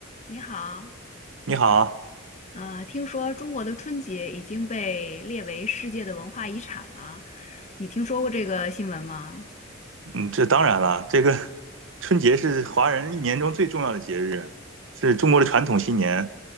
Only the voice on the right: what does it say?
你好，
嗯，这当然了，这个春节是华人一年中最重要的节日，是中国的传统新年，